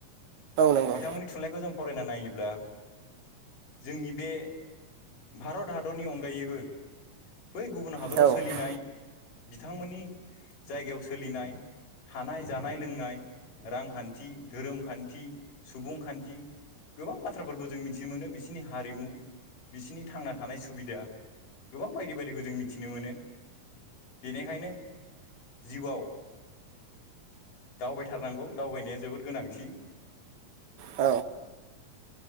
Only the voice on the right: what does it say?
नंगौ
औ
औ
औ